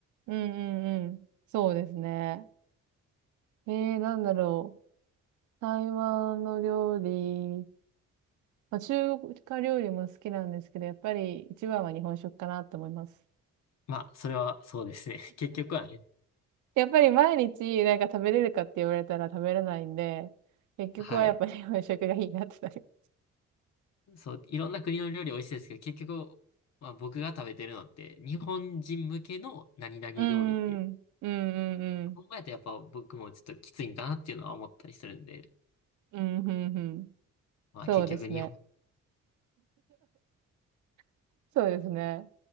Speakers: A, on the right (about 75°); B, on the left (about 60°).
A: うんうんうん。そうですね。えー、なんだろう。台湾の料理、まあ、中華料理も好きなんですけど、やっぱり一番は日本食かなと思います。
B: まあ、それはそうですね。<laughs> 結局はね、
A: やっぱり毎日なんか食べれるかって言われたら食べれないんで、結局はやっぱり
B: はい。
A: <laughs> 洋食がいいなってなる。
B: そう、いろんな国の料理美味しいですけど、結局、まあ僕が食べてるのって、日本人向けの何々料理って、
A: うーん、うん、うん、
B: 考えるとやっぱ僕もちょっときついんかなっていうのは思ったりするんで、
A: うん、うん、うん、うん。
B: まあ結局日本。
A: そうですね。<laughs> そうですね。